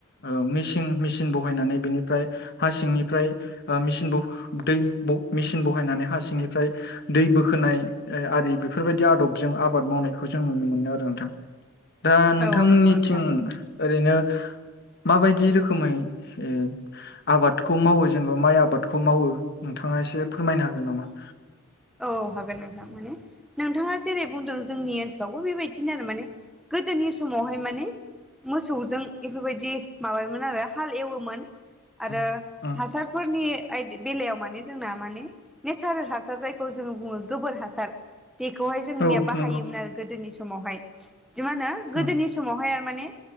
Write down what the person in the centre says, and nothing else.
औ नंगौ नोंथां
औ औ हागोन नोंथां माने नोंथाङा जेरै बुंदों जोंनि ओनसोलावबो बेबायदिनो आरो माने गोदोनि समावहाय माने मोसौजों एफोरबायदि माबायोमोन आरो हाल एवोमोन। आरो
हासारफोरनि आयद बेलायाव माने जोंना मा ने नेचारेल हार जायखौ जों बुङो गोबोर हासार बेखौहाय जोंनिया
बाहायोमोन
आरो गोदोनि समावहायदि दि मा होनो गोदोनि
समावहाय आरो माने